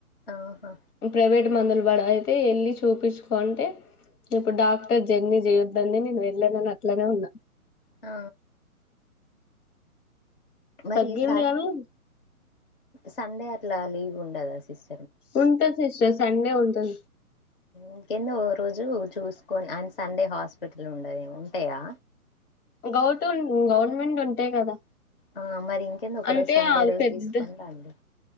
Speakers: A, on the left; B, on the left.
A: ఆహా
B: ప్రైవేట్ మందులు పడవ్ ఐతే వెళ్ళి చూపించుకో అంటే ఇప్పుడు డాక్టర్ జర్నీ చెయ్ దందే నేను వెళ్ళను అట్లనే ఉన్నా
A: ఆ మరి
B: తగ్గింది
A: సా
B: కానీ
A: సండే అట్లా లీవ్ ఉండదా సిస్
B: ఉంటది సిస్టర్ సండే ఉంటుం
A: ఇంకేంన్నో ఓ రోజు చూసుకోని అండ్ సండే హాస్పిటల్ ఉండయి ఉంటాయా
B: గౌటు గవర్నమెంట్ ఉంటాయి కదా
A: ఆ మరి ఇంకేంది ఒక
B: అంటే
A: రోజు సండే
B: అ
A: రోజు
B: పెద్ద
A: తీసుకొని రండి